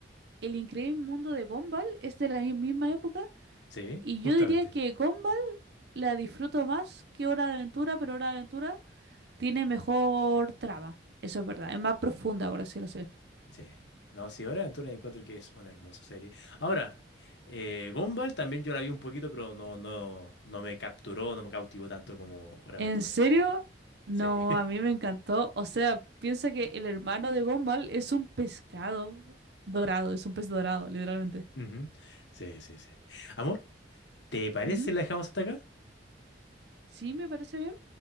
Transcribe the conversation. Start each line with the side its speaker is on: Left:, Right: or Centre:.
Right: El Increíble Mundo de Gumball es de la mi- misma época
Left: Sí,
Right: y
Left: justamente.
Right: yo diría que Gumball la disfruto más que Hora de Aventura, pero Hora de Aventura tiene mejor trama. Eso es verdad, es más profunda, por así decirlo. así.
Left: Sí. No, sí, Hora de Aventura encuentro que es una hermosa serie. Ahora, eh, Gumball también yo la vi un poquito, pero no, no, no me capturó, no me cautivó tanto como Hora
Right: ¿En
Left: de Aventura,
Right: serio?
Left: sinceramente.
Right: No,
Left: Sí. <laughs>
Right: a mí me encantó. O sea, piensa que el hermano de Gumball es un pescado dorado, es un pez dorado, literalmente.
Left: Ujú. Sí, sí, sí. Amor, ¿te parece
Right: Ujú.
Left: si la dejamos hasta acá?
Right: Sí, me parece bien.